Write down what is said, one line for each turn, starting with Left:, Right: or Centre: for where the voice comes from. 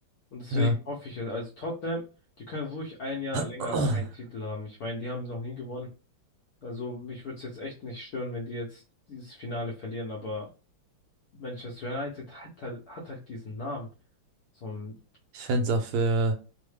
Left: Und deswegen
Right: Ja.
Left: hoffe ich, also Tottenham, die können ruhig ein Jahr
Right: <clears throat>
Left: länger keinen Titel haben. Ich meine, die haben noch nie gewonnen. Also mich würde es jetzt echt nicht stören, wenn die jetzt dieses Finale verlieren, aber Manchester United hat halt, hat halt diesen Namen. So ein,
Right: Ich fände es auch für